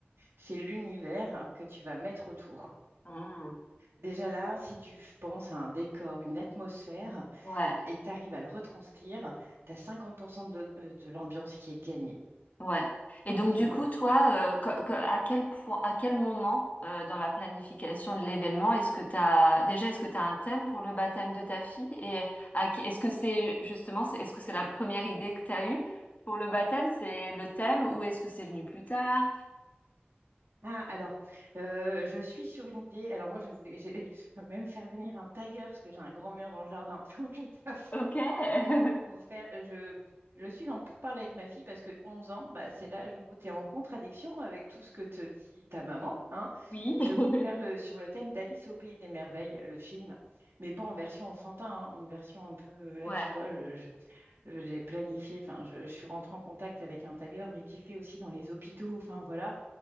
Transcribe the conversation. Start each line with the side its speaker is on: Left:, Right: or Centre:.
Right: c'est l'univers que tu vas mettre autour.
Left: Mmh.
Right: Déjà là, si tu penses à un décor, une atmosphère,
Left: Ouais.
Right: et que tu arrives à le retranscrire, tu as 50% de, euh, de l'ambiance qui est gagnée,
Left: Ouais. Et donc
Right: tu
Left: du
Right: vois.
Left: coup, toi, euh, que- que- à quel point, à quel moment euh, dans la planification de l'événement, est-ce que t'as déjà, est-ce que t'as un thème pour le baptême de ta fille? Et à que- est-ce que c'est justement, c'est, est-ce que c'est la première idée que t'as eue pour le baptême, c'est le thème, ou est-ce que c'est venu plus tard?
Right: Ah, alors, euh, je suis sur une idée. Alors moi, je voulais, j'ai- <laughs> je veux même faire venir un tiger, parce que j'ai un grand mur dans le jardin. <laughs> Tu vois, je vais pas
Left: Ok. <laughs>
Right: pour faire, je, je suis dans pour parler avec ma fille parce que 11 ans, bah, c'est l'âge où tu es en contradiction avec tout ce que te dit ta maman, hein.
Left: Oui.
Right: Je
Left: <laughs>
Right: vais vous faire le- sur le thème d'Alice au pays des merveilles, le film, mais pas en version enfantin, hein, une version un peu, là
Left: Ouais.
Right: tu vois, je- je- je- j'ai planifié, enfin, je, je suis rentrée en contact avec un tagueur, mais qui fait aussi dans les hôpitaux, enfin voilà.